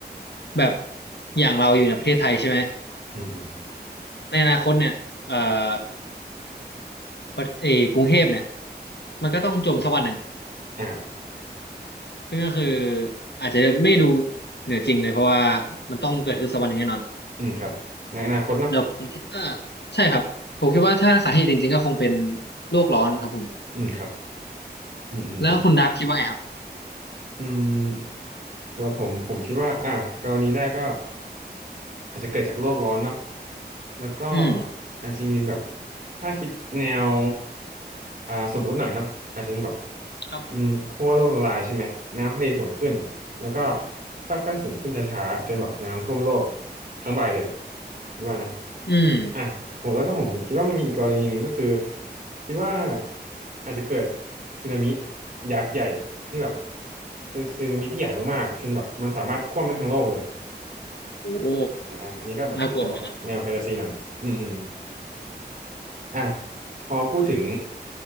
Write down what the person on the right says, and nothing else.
อืมอืมอม
อ่า
อืมครับในอนาคตเนอะ
อืมครับอืมอืมอืม
อืมแล้วผมผมคิดว่าอ่ะกรณีแรกก็ อาจจะเกิดจากโลกร้อนเนาะแล้วก็
อาจจะมีแบบถ้าคิดแนวอ่าสมมุติหน่อยเนาะอาจจะเป็นแบบ
อืมขั้วโลกละลายใช่ไหมน้ำทะเลสูงขึ้น แล้วก็ค่อยๆสูงขึ้นช้าๆจนแบบน้ำท่วมโลกทั้งใบเลยรู้ว่านะ
อ่ะผมแล้วก็ผมคิดว่ามันมีอีกกรณีหนึ่งก็คือคิดว่าอาจจะเกิดสึนามิยักษ์ใหญ่ที่แบบเป็นสึนามิที่ใหญ่มากๆจนแบบมันสามารถท่วมได้ทั้งโลกเลย
อ่าอันนี้ก็แบบจะออกแนวแฟนตาซีหน่อยอืมอืม
อ่ะพอพูดถึง